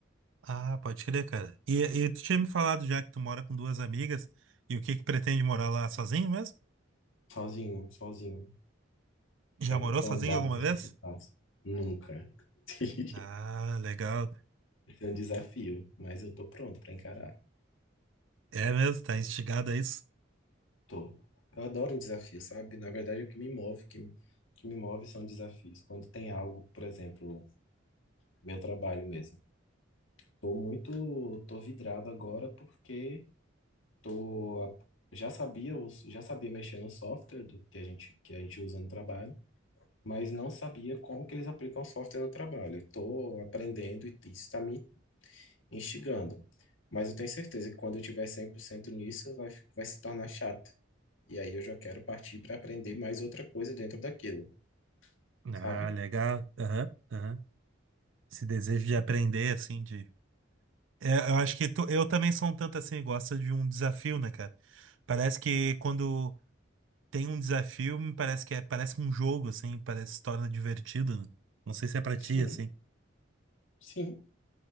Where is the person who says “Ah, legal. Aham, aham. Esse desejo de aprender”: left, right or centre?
Right